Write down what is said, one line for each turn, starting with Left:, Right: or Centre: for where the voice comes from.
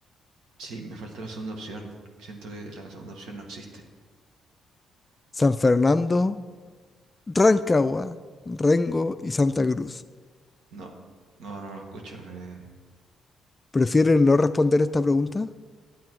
Right: Sí, me falta la segunda opción. Siento que la segunda opción no existe.
Left: San Fernando, Rancagua, Rengo y Santa Cruz.
Right: No, no, no lo escucho. eh,
Left: ¿Prefieren no responder esta pregunta?